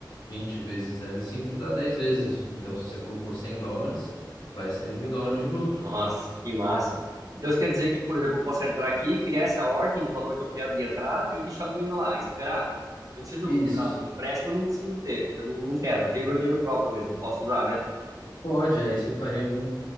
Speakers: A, on the left; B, on the right.
A: 20 vezes zero vírgula cinco dá 10 vezes. Então, se você colocou 100 dólares, vai ser mil dólares de lucro.
B: Nossa, que massa. Então isso quer dizer que, por exemplo, eu posso entrar aqui, criar essa ordem do valor que eu quero de entrada e deixar o dinheiro lá, e esperar. Eu não preciso,
A: Isso.
B: no caso, empréstimo eu não preciso ter, eu não, não quero, eu tenho meu dinheiro próprio mesmo, eu posso usar, né?
A: Pode, aí você faria um,